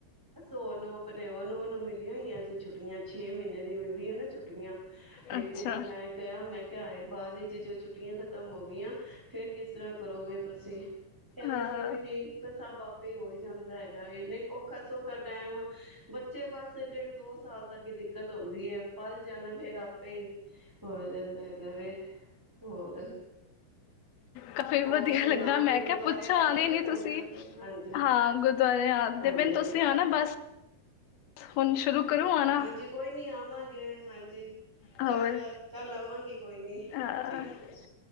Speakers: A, in the centre; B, on the left.
A: ਉਹ ਨੋ ਆਪਣੇ ਨੋ ਨੂੰ ਮਿਲੀਆਂ ਹੋਈਆਂ ਅਸੀਂ ਛੁੱ ਛੁੱਟੀਆਂ ਛੇ ਮਹੀਨੇ ਦੀ ਮਿਲਦੀ ਹੈ ਨਾ ਛੁੱਟੀਆਂ ਤੇ
B: ਅੱਛਾ
A: ਫੇਰ ਮੈਂ ਕਿਹਾ ਮੈਂ ਕਿਹਾ ਆਏ ਬਾਅਦ ਵਿੱਚ ਜੋ ਛੁੱਟੀਆਂ ਖਤਮ ਹੋ ਗਈਆਂ ਫੇਰ ਕਿਸ ਤਰ੍ਹਾਂ ਕਰੋਗੇ ਤੁਸੀਂ ਕਹਿੰਦੇ
B: ਹਾਂ
A: ਕੋਈ ਨੀ ਸਭ ਆਪੇ ਹੋ ਹੀ ਜਾਂਦਾ ਹੈਗਾ ਵੀ ਨਹੀਂ ਔਖਾ ਸੌਖਾ ਟਾਈਮ ਬੱਚੇ ਬਸ ਡੇਢ ਦੋ ਸਾਲ ਤੱਕ ਹੀ ਦਿੱਕਤ ਆਉਂਦੀ ਹੈ ਪਲ ਜਾਣਾ ਫਿਰ ਆਪੇ ਹੋ ਜਾਂਦਾ ਹੈਗਾ ਵੀ ਹੋਰ
B: ਕਾਫੀ
A: ਹੋਰ
B: ਵਧੀਆ
A: ਸੁਣਾਓ
B: ਲੱਗਾ ਮੈਂ
A: ਫੇਰ
B: ਕਿਹਾ
A: ਗੁਰਦੁਆਰੇ
B: ਪੁੱਛਾਂ
A: ਆ ਰਹੀ
B: ਨੀ
A: ਹੈ ਸੰਗਤ
B: ਤੁਸੀਂ
A: ਹਾਂਜੀ
B: ਹਾਂ ਗੁਰਦੁਆਰੇ ਆਉਂਦੇ
A: ਹਾਂਜੀ
B: ਪਰ
A: ਹਾਂਜੀ
B: ਤੁਸੀਂ ਆ ਨਾ ਬਸ ਹੁਣ ਸ਼ੁਰੂ ਕਰੋ ਆਣਾ
A: ਹਾਂਜੀ ਕੋਈ ਨੀ ਆਵਾਂਗੇ ਹਾਂਜੀ ਅਤੇ
B: ਹੋਰ
A: ਕੱਲ ਕੱਲ ਆਵਾਂਗੀ ਕੋਈ ਨੀ
B: ਹਾਂ
A: ਠੀਕ ਹੈ ਜੀ